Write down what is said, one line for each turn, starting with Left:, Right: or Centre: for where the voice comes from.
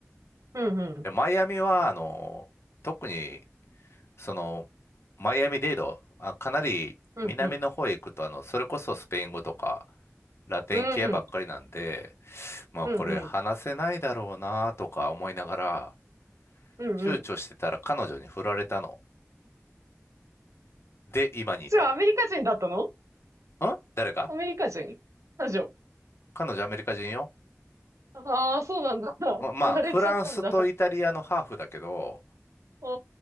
Right: うんうん。
Left: で、マイアミは、あの、特にその、マイアミデード、あ、かなり南の方へ行くと、
Right: うんうん。
Left: あの、それこそスペイン語とか、ラテン系ばっかりなんで、
Right: うんうん。
Left: まあこれ話せないだろうなとか思いながら、
Right: うんうん。うんうん。
Left: 躊躇してたら彼女に振られたの。で、今に至る。
Right: じゃあ、アメリカ人だったの
Left: ん誰が
Right: アメリカ人ラジオ。
Left: 彼女アメリカ人よ。
Right: ああ、そうなんだ。
Left: ままあ、
Right: 振られちゃったんだ。
Left: フランスとイタリアのハーフだけど、
Right: お